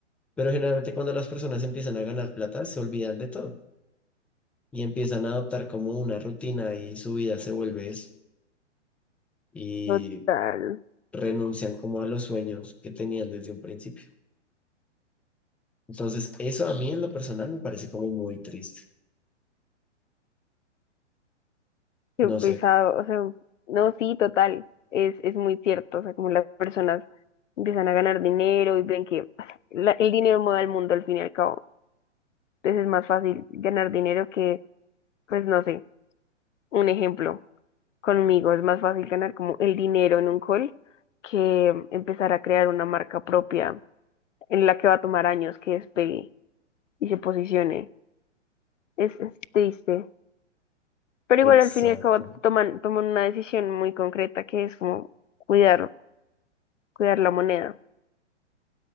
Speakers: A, in the centre; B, on the left (about 85°).
A: Pero generalmente cuando las personas empiezan a ganar plata, se olvidan de todo y empiezan a adoptar como una rutina y su vida se vuelve eso y
B: Total.
A: renuncian como a los sueños que tenían desde un principio. Entonces, eso a mí en lo personal me parece como muy triste.
B: Qué
A: No
B: pesado,
A: sé,
B: o sea, no, sí, total, es, es muy cierto, o sea, como las personas empiezan a ganar dinero y ven que o sea, la- el dinero mueve al mundo al fin y al cabo, entonces es más fácil ganar dinero que, pues no sé, un ejemplo, conmigo es más fácil ganar como el dinero en un call que empezar a crear una marca propia en la que va a tomar años que despegue y se posicione, es, es triste, pero
A: exacto.
B: igual al fin y al cabo toman, toman una decisión muy concreta que es como cuidar Cuidar la moneda,